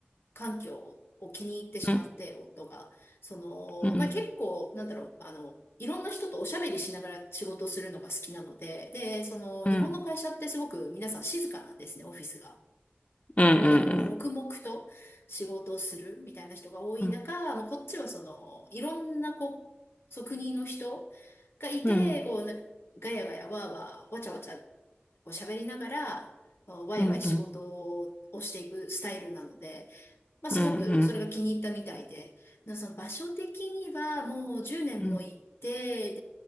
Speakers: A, on the left; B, on the left.
A: 環境を気に入ってしまって、
B: うん
A: 夫が。その、
B: うん
A: まあ結構、なんだろう、あの、いろんな人とおしゃべりしながら仕事をするのが好きなので、で、その日本の会社ってすごく皆さん静かなんですね、
B: うん
A: オフィスが。
B: うんう
A: なんかこう、黙々と仕事をするみたいな人が多い中、
B: んうん
A: もうこっちはその、いろんなこう、そう国の人がいて、
B: うんうん
A: こう、なんかガヤガヤワーワー、わちゃわちゃ、こう喋りながら、ワイワイ仕事をしていくスタイルなので、
B: うんうん
A: まあ、
B: うんうん
A: すごくそれが気に入ったみたいで、なその場所的にはもう10年も行って、
B: うん